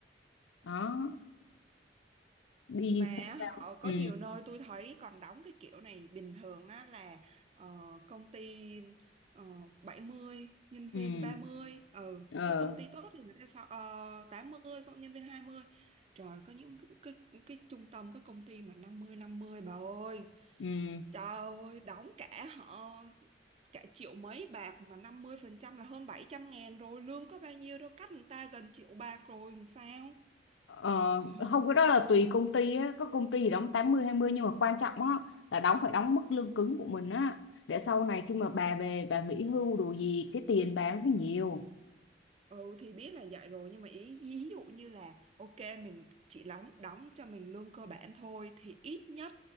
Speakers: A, on the left (about 80°); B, on the right (about 35°).
A: đó đi
B: mà
A: sao sao
B: họ có
A: ừ
B: nhiều nơi tôi thấy còn đóng cái kiểu này bình thường á là ờ, công ty ờ, 70 nhân viên
A: ừ
B: ba mươi ừ
A: ờ
B: có công ty tốt thì người ta sao ờ, 80 có nhân viên hai mươi trời có những cái, cái cái trung tâm cái công ty mà năm mươi năm mươi bà ơi
A: ừ
B: trời ơi đóng cả họ cả triệu mấy bạc mà 50 phần trăm là hơn bảy trăm ngàn rồi lương có bao nhiêu đâu cắt người ta gần triệu bạc rồi làm sao
A: ờ,
B: Trời
A: không cái đó là tùy công ty á có công ty thì đóng tám mươi hai mươi nhưng mà quan trọng á là đóng phải đóng mức lương cứng của mình á để sau này khi mà bà về bà nghỉ hưu đồ gì cái tiền bà nó phải nhiều
B: Ừ thì biết là vậy rồi nhưng mà ý ví dụ như là ok mình chỉ đóng đóng cho mình lương cơ bản thôi thì ít nhất